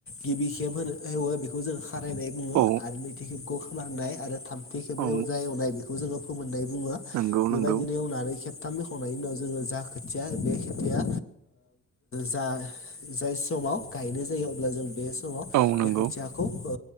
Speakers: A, on the left; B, on the right.
A: गिबि खेब होनो होवो बेखौ जों खारायनाय बुंङो।
B: औ
A: आरो नैथि खेबखौ ख नाय आरो थामथि खेवजा
B: औ
A: एवनाय बेखौ जोंङो फोमोननाय बुङो।
B: नंगौ
A: बेबायदिनो
B: नंगौ
A: एवनानै खेबथाम खावनायनि उनाव जोंङो जा खोथिया बे खोथिया जा जाय समाव गायनाय जायो अब्ला जों बे समाव
B: औ नंगौ
A: बे खोथियाखौ फो